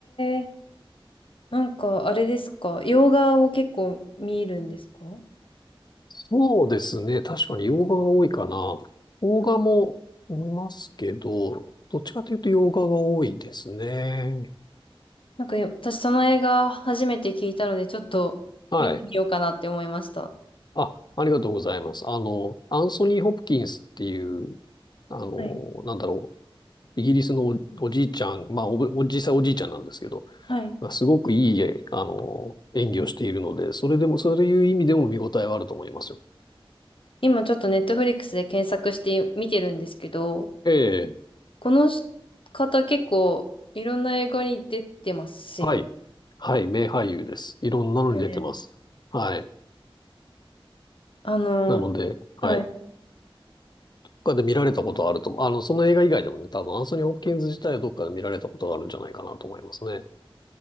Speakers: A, on the left; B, on the left.
A: えなんかあれですか洋画を結構見るんですか
B: そうですね。確かに洋画が多いかな。邦画も見ますけど、どっちかというと洋画が多いですね。
A: なんかよ私その映画初めて聞いたのでちょっと見てみようかなって思いました。
B: はい。あ、ありがとうございます。あの、アンソニー・ホプキンスっていう、あの、
A: はい、
B: なんだろう。イギリスのお、おじいちゃん、まあお、お、実際おじいちゃんなんですけど、
A: はい。
B: まあ、すごくいい、えあの、演技をしているので、それでも、そういう意味でも見応えはあると思いますよ。
A: 今ちょっとネットフリックスで検索して見てるんですけど、
B: ええ
A: このし方結構いろんな映画に出てますよね。
B: はい。はい。名俳優です。いろんなのに出てます。
A: だよね。
B: はい。
A: あの、
B: なので、はい。
A: はい。
B: 他で見られたことはあると思う。あの、その映画以外でもね、多分アンソニー・ホプキンズ自体はどっかで見られたことがあるんじゃないかなと思いますね。